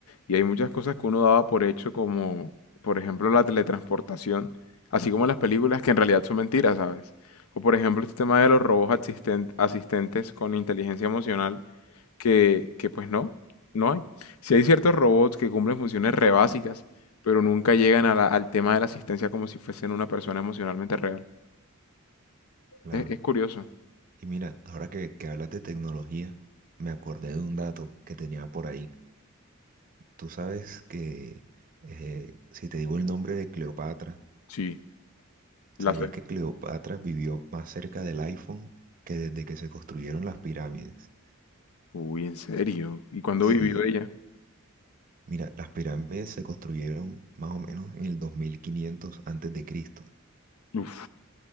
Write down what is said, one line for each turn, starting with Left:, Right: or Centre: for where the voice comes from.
Left: Y hay muchas cosas que uno daba por hecho, como por ejemplo la teletransportación, así como las películas que en realidad son mentiras, ¿sabes? O por ejemplo este tema de los robots asisten- asistentes con inteligencia emocional, que, que pues no, no hay. Sí hay ciertos robots que cumplen funciones re básicas, pero nunca llegan a la- al tema de la asistencia como si fuesen una persona emocionalmente real.
Right: claro.
Left: Es, es curioso.
Right: Y mira, ahora que, que hablas de tecnología, me acordé de un dato que tenía por ahí. Tú sabes que eh, si te digo el nombre de Cleopatra,
Left: Sí, la
Right: ¿sabías
Left: fe.
Right: que Cleopatra vivió más cerca del iPhone que desde que se construyeron las pirámides?
Left: Uy, ¿en serio? ¿Y cuándo
Right: Sí,
Left: vivió ella?
Right: mira, las pirámides se construyeron más o menos en el 2500 antes de Cristo
Left: Uf,